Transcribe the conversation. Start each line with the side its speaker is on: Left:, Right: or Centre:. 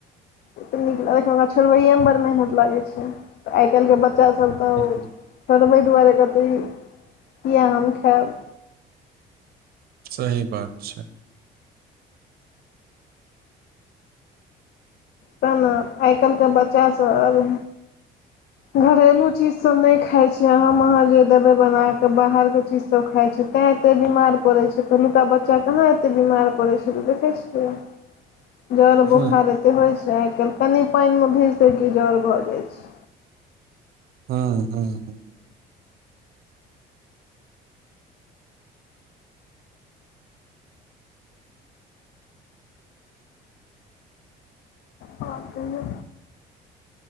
Left: ओ तऽ नीक लगै छै लेकिन छोड़बैएमे बड़ मेहनत लागै छै, आइ काल्हिके बच्चासभ तब
Right: हुँ,
Left: छोड़बै दुआरे कहतै किए हम खायब।
Right: सही बात छै।
Left: ते न आइ काल्हिके बच्चा सभ आब घरेलू चीज सब नहि खाय छै हम अहाँ जे देबे बनाके, बाहर के चीज सब खाइ छै तैँ एतै बीमार पड़ै छै पहिलुका बच्चा कहाँ एते बीमार पड़ै छलै, देखै छियै। <inaudible> जर
Right: हुँ,
Left: बोखार एते होइत छै आइ काल्हि, कनि पानि मे भीजतई की जर भऽ जाइ छै।
Right: हुं हुं हुं।
Left: और कहिऔ।